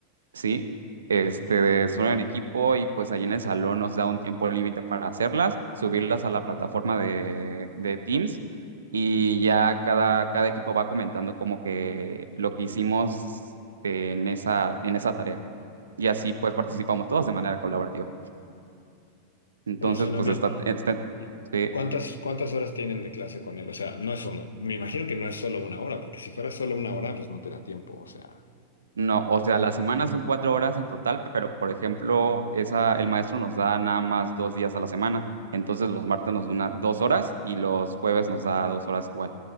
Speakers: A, on the right (about 70°); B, on the left (about 70°).
A: Sí, este, de solo en equipo y pues allí en el salón nos da un tiempo límite para hacerlas, subirlas a la plataforma de, de Teams y ya cada, cada equipo va comentando como que lo que hicimos en esa, en esa tarea. Y así pues participamos todos de manera colaborativa. Entonces
B: oye, suena
A: pues
B: bien.
A: está, está,
B: ¿Y
A: sí,
B: ¿Cuántas, cuántas horas tienen de clase con él? O sea, no es una, me imagino que no es solo una hora, porque si fuera solo una hora, pues no te da tiempo. O sea.
A: No, o sea, las semanas son cuatro horas en total, pero por ejemplo, esa, el maestro nos da nada más dos días a la semana. Entonces los martes nos da una- dos horas y los jueves nos da dos horas igual.